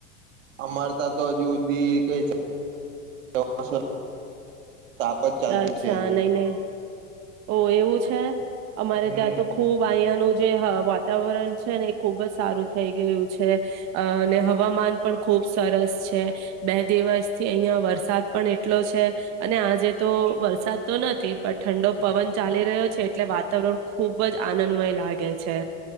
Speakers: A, on the right; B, on the right.
A: અમાર ત્યાં તો હજુ સુધી કંઈ વરસાદ? તાપ જ ચાલતી
B: અચ્છા
A: છે.
B: નહી નહી, ઓ એવું છે! અમારે
A: હમ
B: ત્યાં તો ખુબ અયાનું જ. જે હ વાતાવરણ છે ને એ ખુબ જ સારું થઈ ગયું છે. અ અને હવામાન પણ ખુબ સરસ છે બે દિવસ થી અહિયાં વરસાદ પણ એટલો છે અને આજે તો વરસાદ તો નથી પણ ઠંડો પવન ચાલી રહ્યો છે એટલે વાતાવરણ ખુબ જ આનંદમય લાગે છે.